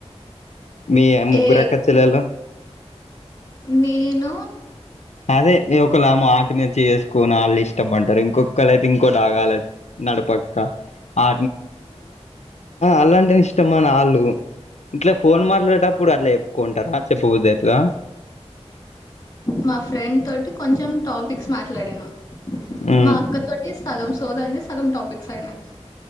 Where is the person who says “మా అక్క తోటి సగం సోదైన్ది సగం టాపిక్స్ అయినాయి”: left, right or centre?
Left